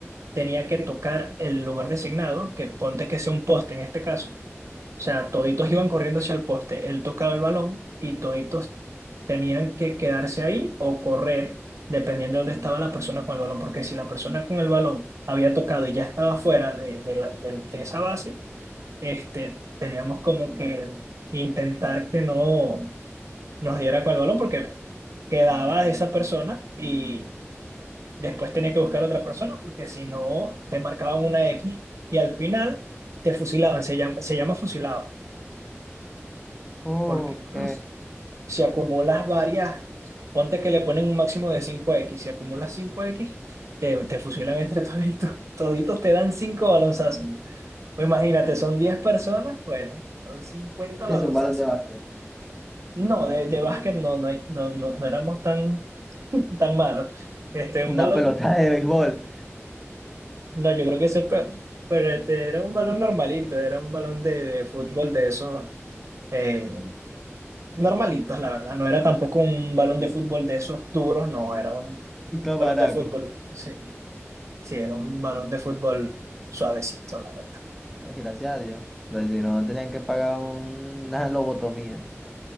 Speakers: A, on the right; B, in the centre.
A: tenía que tocar el lugar designado, que ponte que sea un poste en este caso, o sea, toditos iban corriendo hacia el poste. Él tocaba el balón y toditos tenían que quedarse ahí o correr, dependiendo de dónde estaba la persona con el balón. Porque si la persona con el balón había tocado y ya estaba fuera de, de, la- de- de esa base, este, teníamos como que intentar que no nos diera con el balón porque quedaba esa persona y después tenía que buscar otra persona porque si no, te marcaban una X y al final te fusilaban. Se llama, se llama fusilado.
B: Ok.
A: porque Si acumulas varias, ponte que le ponen un máximo de cinco x Si acumulas cinco x te, te fusilan entre toditos. Toditos te dan 5 balonzazos. Pues imagínate, son 10 personas, bueno, son 50
B: es
A: balonzazos.
B: un balón de básquet.
A: No, de, de básquet no, no, hay- no, no, no éramos tan, <laughs> tan malos. Este, un
B: Una
A: balón,
B: pelota de béisbol.
A: no, yo creo que ese, pe- pero este, era un balón normalito, era un balón de, de fútbol de esos. eh, normalitos, la verdad. No era tampoco un balón de fútbol de esos duros, no, era un
B: Un tamaraco.
A: balón de fútbol. Sí, sí, era un balón de fútbol suavecito, la verdad.
B: Ay, Gracias a Dios. pues si no, tenían que pagar un- una lobotomía.